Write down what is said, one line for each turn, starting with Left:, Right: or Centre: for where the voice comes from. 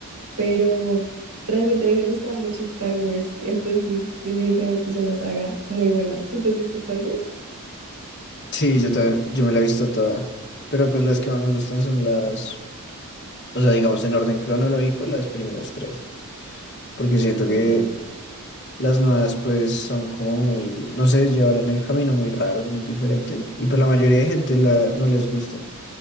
Right: pero realmente a mí me gustaba mucho Star Wars, entonces definitivamente es una saga muy buena. ¿Tú te has visto Star Wars?
Left: Sí, yo también, yo me la he visto toda. Pero pues las que más me gustan son las, o sea, digamos en orden cronológico, las primeras tres. Porque siento
Right: Total.
Left: que las nuevas pues son como muy, no sé, llevaron el camino muy raro, muy diferente. Y pues la mayoría de gente la, no les gusta.